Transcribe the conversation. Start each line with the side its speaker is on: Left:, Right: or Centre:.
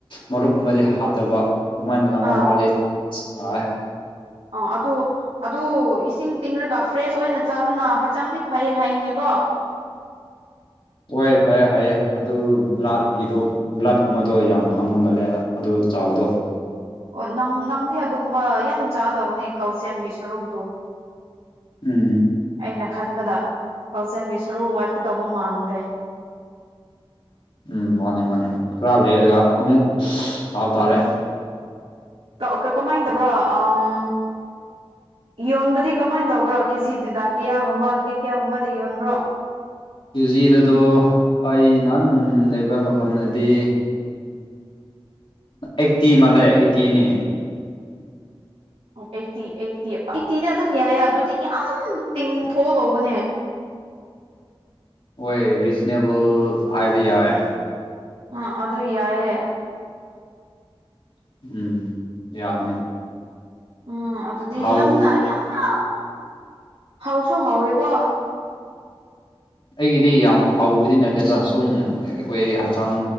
Left: ꯃꯔꯨꯞꯀꯨꯝꯕꯗꯤ ꯍꯥꯞꯇꯕ ꯑꯗꯨꯨꯃꯥꯏꯅ ꯑꯃ
Right: ꯑꯥ
Left: ꯑꯃꯗꯤ ꯆꯥꯏ
Right: ꯑ ꯑꯗꯨ ꯑꯗꯨ ꯏꯁꯤꯡ ꯇꯤꯡꯔꯒ ꯐ꯭ꯔꯦꯁ ꯑꯣꯏꯅ ꯆꯥꯕꯅ ꯍꯛꯆꯥꯡꯗꯤ ꯐꯩ ꯍꯥꯏꯌꯦꯅꯦꯀꯣ
Left: ꯀꯣꯏꯌꯦ ꯐꯩꯌꯦ ꯍꯥꯏꯌꯦ ꯑꯗꯨ ꯕ꯭ꯂꯥꯠꯀꯤꯗꯣ ꯕ꯭ꯂꯠꯀꯨꯝꯕꯗꯣ ꯌꯥꯝ ꯐꯪꯕ ꯃꯜꯂꯦ ꯑꯗꯣ ꯆꯥꯎꯕꯗꯣ
Right: ꯑꯣ ꯅꯪ ꯅꯪꯗꯤ ꯑꯗꯨꯒꯨꯝꯕ ꯌꯥꯝ ꯆꯥꯗꯧꯕꯅꯤ ꯀꯧꯁꯦꯝꯒꯤ ꯁꯔꯨꯛꯇꯣ
Left: ꯎꯝ
Right: ꯑꯩꯅ ꯈꯟꯕꯗ ꯀꯜꯁꯦꯝꯒꯤ ꯁꯔꯨ ꯋꯥꯠꯀꯇꯧꯕ ꯃꯥꯟꯒ꯭ꯔꯦ
Left: ꯎꯝ ꯃꯥꯅꯤ ꯃꯥꯅꯤ ꯈꯔ ꯂꯩꯔꯒ ꯑꯃꯨꯛ ꯊꯥꯕ ꯇꯥꯔꯦ
Right: ꯀꯛ ꯑ ꯀꯃꯥꯏ ꯇꯧꯕ꯭ꯔꯣ ꯑꯪ ꯌꯣꯟꯕꯗꯤ ꯀꯃꯥꯏ ꯇꯧꯕ꯭ꯔꯣ ꯀꯦꯖꯤꯗꯨꯗ ꯀꯌꯥꯒꯨꯝꯕ ꯀꯩ ꯀꯌꯥꯒꯨꯝꯕꯗ ꯌꯣꯟꯕ꯭ꯔꯣ
Left: ꯀꯦꯖꯤꯗꯗꯣ ꯑꯩ ꯅꯍꯥꯟ ꯂꯩꯕ ꯃꯐꯝꯗꯗꯤ ꯑꯩꯠꯇꯤ ꯃꯥꯜꯂꯦ ꯑꯩꯠꯇꯤꯅꯤ
Right: ꯑꯣ ꯑꯩꯠꯇꯤ ꯑꯩꯠꯇꯤ ꯑꯩꯠꯇꯤꯗꯤ ꯑꯗꯨꯝ ꯌꯥꯏꯌꯦ ꯑꯗꯨꯗꯤ ꯌꯥꯝ ꯇꯤꯡꯊꯣꯛꯑꯗꯧꯕꯅꯤ
Left: ꯍꯣꯏ ꯔꯤꯖꯅꯦꯕꯜ ꯍꯥꯏꯕ ꯌꯥꯏ
Right: ꯑ ꯑꯗꯨ ꯌꯥꯏꯌꯦ
Left: ꯎꯝ ꯌꯥꯕꯅꯤ
Right: ꯎꯝ ꯑꯗꯨꯗꯤ
Left: ꯍꯥꯎ
Right: ꯌꯥꯝꯅ ꯌꯥꯝꯅ ꯍꯥꯎꯁꯨ ꯍꯥꯎꯋꯦꯀꯣ
Left: ꯑꯩꯒꯤꯗꯤ ꯌꯥꯝ ꯍꯥꯎꯕꯗꯤ ꯅꯠꯇꯦꯗ ꯁꯨꯝ ꯑꯩꯈꯣꯏ ꯍꯛꯆꯥꯡ